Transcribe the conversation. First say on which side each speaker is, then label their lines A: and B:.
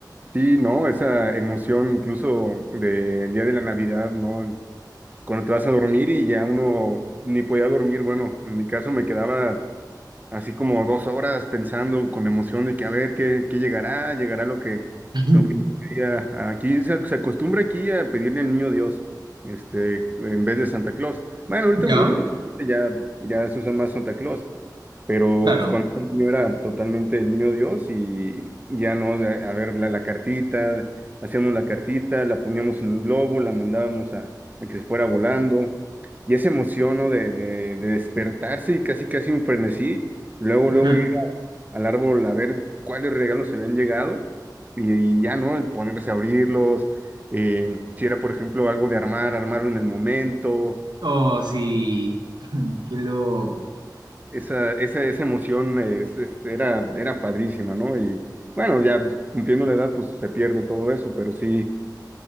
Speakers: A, on the right; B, on the right.
A: Sí, no, esa emoción incluso del día de la Navidad, ¿no? Cuando te vas a dormir y ya uno ni podía dormir, bueno, en mi caso me quedaba así como dos horas pensando con la emoción de que a ver qué, qué llegará, llegará lo que,
B: <laughs>
A: lo que quería. Aquí se, se acostumbra aquí a pedirle al niño Dios, este, en vez de Santa Claus. Bueno, ahorita,
B: ¿Ya?
A: ahorita ya, ya se usa más Santa Claus, Pero
B: Claro.
A: pues cuando era niño era totalmente el niño Dios y ya no, de- a ver, la, la cartita, hacíamos la cartita, la poníamos en un globo, la mandábamos a, a que se fuera volando. Y esa emoción, ¿no? de, de, de despertarse y casi, casi un frenesí, luego,
B: Ujú.
A: luego ir a- al árbol a ver cuáles regalos se habían llegado y, y ya, ¿no? el Ponerse a abrirlos. eh, si era, por ejemplo, algo de armar, armarlo en el momento.
B: Oh, sí. <laughs> Qué loco.
A: Esa, esa, esa emoción es- es- era, era padrísima, ¿no? Y bueno, ya cumpliendo la edad, pues se pierde todo eso, pero sí,